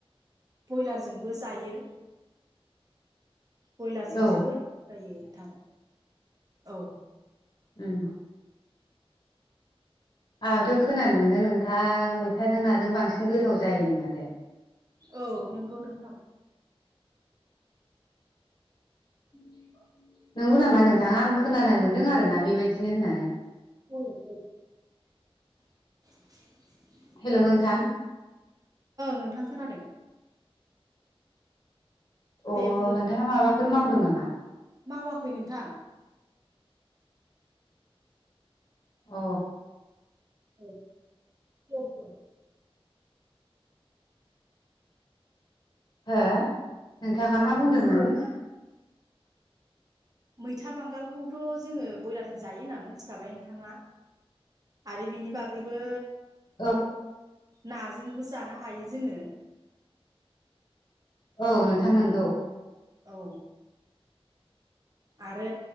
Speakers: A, on the right; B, on the left.
A: बयलारजोंबो जायो बयलारजों
B: औ
A: जोबोर गोथाव जायो नोंथां औ
B: उम आंङाथ' खोनानो मोनदों नोंथां मैथाजों नाजों बांसिन गोथाव जायोनो माथो
A: औ नोंगौ नोंथां
B: <inaudible> नोंगौ नामा नोंथां आं खोनाना मोनदों आरोना बेबायदिनो होननानै।
A: <unintelligible>
B: हेलौ नोंथां
A: <inaudible> ओं नोंथां खोनादो। दे
B: अह
A: बुं
B: नोंथाङा माबाफोर मावदों नामा?
A: मावाखै नोंथां।
B: अ
A: <unintelligible>
B: हो नोंथाङा मा बुंदोंमोन?
A: बुंदो मैथा बांगालखौथ' जोङो बयलारजों जायो होनना मोनथिखाबाय नोंथाङा। आरो बिनि बागैबो
B: औ
A: नाजोंबो जानो हायो जोङो।
B: औ नोंथां नंगौ।
A: औ। आरो